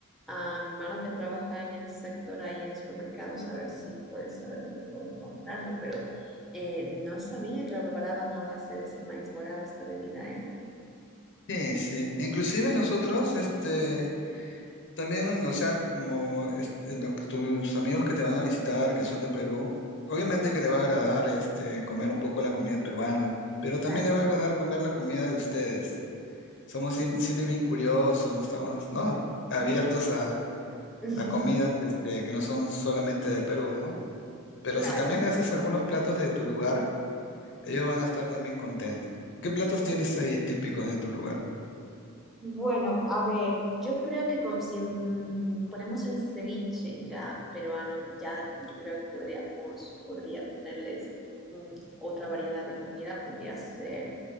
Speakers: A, in the centre; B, on the left.
A: a mi hermano que trabaja en el sector ahí de supermercados a ver si puede saber dónde puedo encontrarlo, pero eh, no sabía que lo preparaban a base de ese maíz morado, esta bebida, ¿eh?
B: sí, sí. Inclusive nosotros, este, también, o sea, como este, los que- tus amigos que te van a visitar, que son de Perú, obviamente que le va a agradar este, comer un poco la comida peruana, pero
A: Claro,
B: también le va a agradar comer la comida de ustedes. Somos siem- siempre bien curiosos, no estamos, ¿no? Abiertos
A: <laughs>
B: a comidas este, que no son solamente de Perú, ¿no? Pero
A: claro.
B: si también le haces algunos platos de tu lugar, ellos van a estar también contentos. ¿Qué platos tienes ahí típicos de tu lugar?
A: Bueno, a ver, yo creo que con- si mm, ponemos el ceviche ya peruano, ya yo creo que podríamos, podría ponerles mm, otra variedad de comida, podría ser